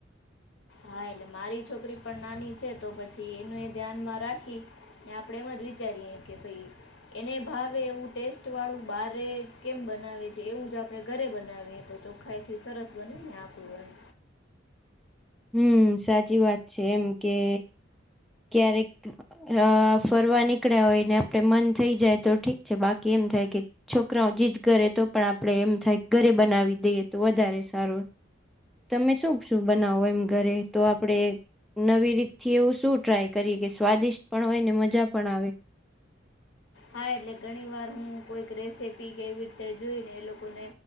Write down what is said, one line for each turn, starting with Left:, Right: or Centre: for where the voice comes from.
Left: હા એટલે મારી છોકરી પણ નાની છે તો પછી એનું એ ધ્યાનમાં રાખી ને આપણે એમ જ વિચારીએ કે ભાઈ એને ભાવે એવું ટેસ્ટ વાળું બારે કેમ બનાવે છે એવું જ આપણે ઘરે બનાવીએ તો ચોખ્ખાઈથી સરસ બનેને આપડું એમ
Centre: હમ્મ સાચી વાત છે. એમ કે ક્યારેક અહ ફરવા નીકળ્યા હોય ને આપડે મન થઈ જાય તો ઠીક છે બાકી એમ થાય કે છોકરાઓ જીદ કરે તો પણ આપણે એમ થાય ઘરે બનાવી દઈએ તો વધારે સારો. તમે શું શું બનાવો? ઘરે તો આપણે નવી રીતથી એવું શું ટ્રાય કરીએ કે સ્વાદિષ્ટ પણ હોય ને મજા પણ આ
Left: હા એટલે ઘણી વાર હું કોઈક રેસીપી કેવી રીતે જોઈને એ લોકોને